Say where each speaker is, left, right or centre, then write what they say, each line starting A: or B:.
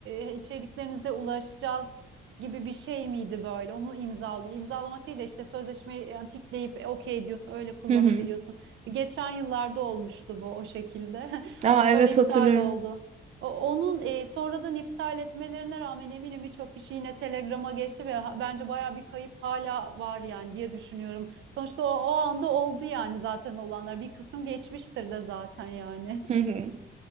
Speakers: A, on the right; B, on the right.
A: e, içeriklerinize ulaşacağız gibi bir şey miydi böyle? Onu imzaladı. İmzalamak değil de işte sözleşmeyi yani tikleyip e, okey diyorsun. Öyle kullanabiliyorsun.
B: Hı hı.
A: Geçen yıllarda olmuştu bu o şekilde. <laughs>
B: Aa,
A: Ama sonra
B: evet
A: iptal
B: hatırlıyorum.
A: oldu. O- Onun e, sonradan iptal etmelerine rağmen eminim birçok kişi yine Telegram'a geçti ve ha- bence baya bir kayıp hala var yani diye düşünüyorum. Sonuçta o, o anda oldu yani zaten olanlar. Bir kısım geçmiştir de zaten yani.
B: Hı hı.